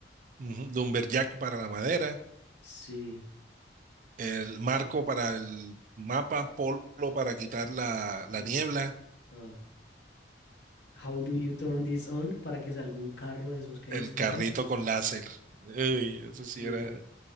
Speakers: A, on the right; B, on the left.
A: Ujú. Lumberjack para la madera,
B: Sí.
A: el marco para el mapa, polo para quitar la, la
B: L-
A: niebla.
B: ah, How do you turn this on para que salga un carro de esos que
A: El
B: disparan.
A: carrito con láser. Uy, eso
B: Sí.
A: sí era,